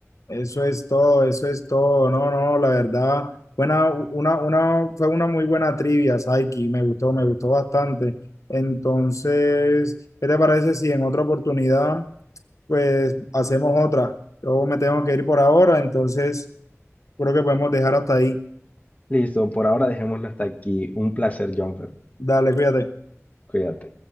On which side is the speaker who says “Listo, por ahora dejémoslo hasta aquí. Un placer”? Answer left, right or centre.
Left